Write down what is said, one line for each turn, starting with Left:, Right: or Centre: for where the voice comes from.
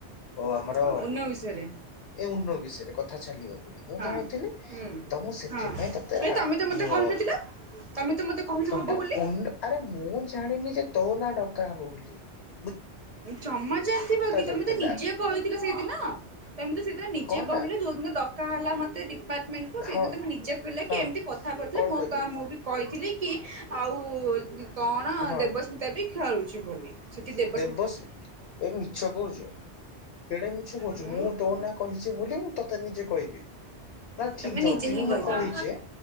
Left: ଓ ଆମର
Right: ହଁ ଉନ ବିଷୟରେ
Left: ଏ ଉନ୍ନ ବିଷୟରେ କଥା ଚାଲିବ ବୋଲି ମୁଁ
Right: ହଁ
Left: ଜାଣିଥିଲି
Right: ହୁଁ
Left: ତ ମୁଁ ସେଥିପାଇଁ
Right: ହଁ
Left: ତତେ
Right: ଏ
Left: ଆଗ
Right: ତମେ ତ ମତେ
Left: ଉଙ
Right: କହିନଥିଲ ତମେ ତ ମତେ କହିନ
Left: କଣଟା
Right: ହବ ବୋଲି।
Left: ଉନ ଆରେ ମୁଁ ଜାଣିନି ଯେ ତୋ ନା ଡକା ହବ ବୋଲି। ହ <unintelligible>
Right: ଜମା ଜାଣିଥିବ କି
Left: ଚାଲିଥିଲା
Right: ତମେ ତ ନିଜେ କହିଥିଲେ ସେଇଦିନ ଯେମିତି ତମେ ତ ସେଇଦିନ ନିଜେ
Left: କଣଟା
Right: କହିଲ ଯୋଉ ଦିନ ଡକା ହେଲା ମତେ ଡିପା ମେଣ୍ଟକୁ ସେଇଦିନ
Left: ହଁ
Right: ତମେ ନିଜେ କହିଲ
Left: ହଁ
Right: କି ଏମିତି କଥା ପଡିଥିଲା
Left: କଣ
Right: ମୋ
Left: କହିଲେ
Right: କାମ ମୁଁ ବି କହିଥି କହିଥିଲି କି ଆଉ କଣ
Left: ହଁ
Right: ଦେବସ୍ମିତା ବି ଖେଳୁଛି ବୋଲି ସେଥି ଦେବ
Left: ବାସ ଏ ମିଛ କୋହୁଚୁ କେଡେ ମିଛ କୋହୁଚୁ
Right: ହୁଁ
Left: ମୁଁ ତୋ ନାଁ କହିଚି ବୋଲି ମୁଁ ତୋତେ ନିଜେ କହିବି। ସେଟା ଠିକ
Right: ତମେ
Left: ଯଦି
Right: ନିଜେ ହିଁ
Left: ବି ମୁଁ
Right: କହିଥିଲ।
Left: କହିଚି